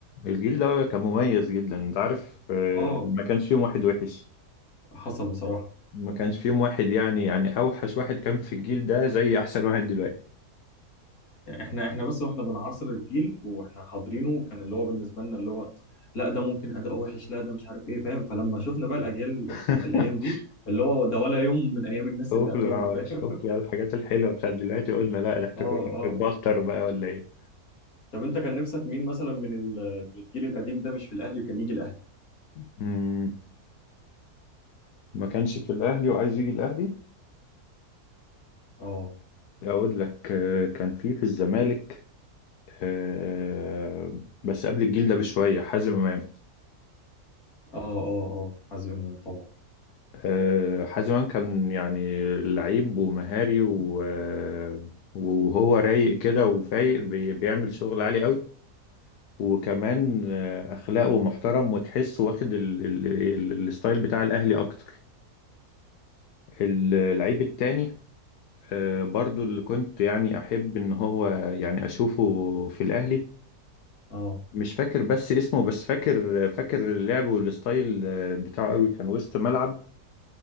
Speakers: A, on the left; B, on the left.
A: الجيل ده كان مميز جدا انت عارف آه،
B: اه
A: ما كانش فيهم واحد وحش
B: حصل بصراحه
A: ما كانش فيهم واحد يعني يعني اوحش واحد كان في الجيل ده زي احسن واحد دلوقتي
B: يعني احنا احنا بس واحنا بنعاصر الجيل واحنا حاضرينه كان اللي هو بالنسبه لنا اللي هو لا ده ممكن اداء وحش لا ده مش عارف ايه فاهم فلما شفنا بقى الاجيال
A: <laughs>
B: بتاعت الايام دي اللي هو ده ولا يوم من ايام الناس
A: شوف
B: اللي قبلهم فاهم
A: شوف
B: <laughs>
A: بقى الحاجات الحلوه بتاعت دلوقتي قلنا لا ده احنا
B: اه
A: كنا
B: اه
A: بنتبطر بقى ولا ايه
B: طب انت كان نفسك مين مثلا من ال- من الجيل القديم ده مش في الاهلي كان يجي الاهلي
A: مم. ما كانش في الاهلي وعايز يجي الاهلي
B: اه
A: أقول لك آه، كان في في الزمالك آه، بس قبل الجيل ده بشوية حازم إمام
B: اه اه اه حازم امام طبعا
A: آه، حازم إمام كان يعني لعيب ومهاري و- آه، وهو رايق كده وفايق بي- بيعمل شغل عالي قوي وكمان آه، أخلاقه محترم وتحسه واخد ال- ال- ال- الستايل بتاع الأهلي أكتر اللعيب التاني آه، برضو اللي كنت يعني أحب إن هو يعني أشوفه في الأهلي
B: اه
A: مش فاكر بس اسمه بس فاكر فاكر اللعب والستايل آه، بتاعه قوي كان وسط ملعب